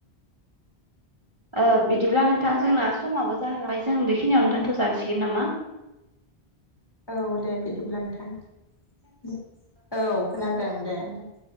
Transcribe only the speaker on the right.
ओ बिदिब्ला नोंथां जोंना समाबो जाहांबाय जों बेखिनियावनो
दोनथ'जासिगोन नामा